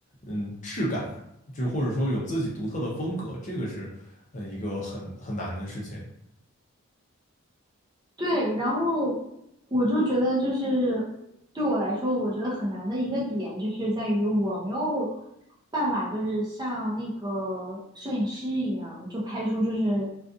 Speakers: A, on the left; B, on the right.
A: 嗯质感，就或者说有自己独特的风格，这个是呃一个很很难的事情。
B: 对，然后我就觉得，就是对我来说，我觉得很难的一个点，就是在于我没有办法，就是像那个摄影师一样，就拍出就是